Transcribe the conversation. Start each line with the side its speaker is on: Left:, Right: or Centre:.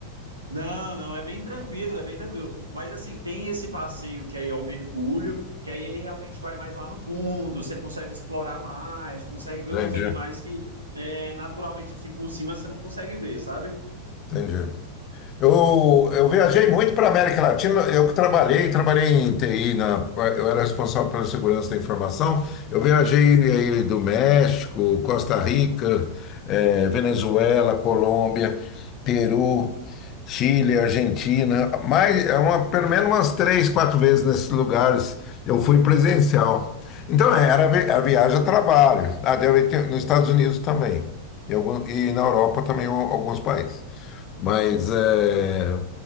Right: Não, não, é bem tranquilo, é bem tranquilo. Mas assim, tem esse passeio que aí é o mergulho, que aí ele realmente vai mais lá no fundo, você consegue explorar mais, consegue ver
Left: Entendi,
Right: uns animais que é, naturalmente assim por cima você não consegue ver, sabe?
Left: entendi. Eu, eu viajei muito para a América Latina. Eu trabalhei, trabalhei em TI, na, eu era responsável pela segurança da informação. Eu viajei aí do México, Costa Rica, eh, Venezuela, Colômbia, Peru, Chile, Argentina. Mais, é uma, pelo menos umas três, quatro vezes nesses lugares eu fui presencial. Então, é, era vi- a viagem a trabalho. Ah, deve ter- nos Estados Unidos também. E, algum- e na Europa também al- alguns países. Mas, é,